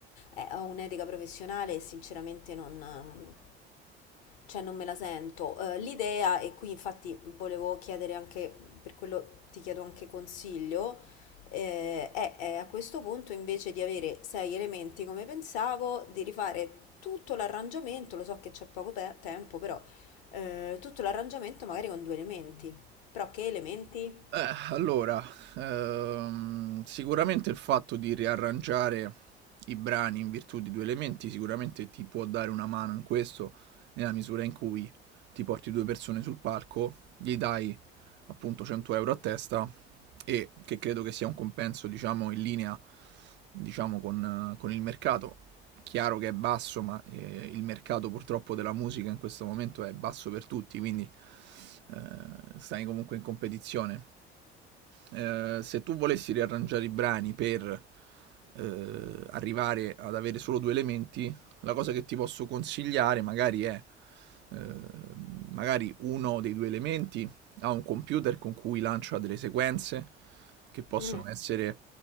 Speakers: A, on the left; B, on the right.
A: eh, ho un'etica professionale e sinceramente non, Mh, cioè non me la sento. Eh, l'idea, e qui infatti volevo chiedere anche, per quello ti chiedo anche consiglio, eh, e e a questo punto, invece di avere sei elementi come pensavo, di rifare tutto l'arrangiamento, lo so che c'è poco pe- tempo, però eh, tutto l'arrangiamento magari con due elementi. Però che elementi?
B: Eh, allora, ehm, sicuramente il fatto di riarrangiare i brani in virtù di 2 elementi sicuramente ti può dare una mano in questo, nella misura in cui ti porti 2 persone sul palco, gli dai appunto 100 € a testa e che credo che sia un compenso, diciamo, in linea, diciamo, con eh, con il mercato. Chiaro che è basso, ma, ehm, il mercato purtroppo della musica in questo momento è basso per tutti, quindi, ehm, stai comunque in competizione eh, se tu volessi riarrangiare i brani per eh, arrivare ad avere solo due elementi, la cosa che ti posso consigliare magari è eh, magari uno dei due elementi ha un computer con cui lancia delle sequenze che possono
A: Mm.
B: essere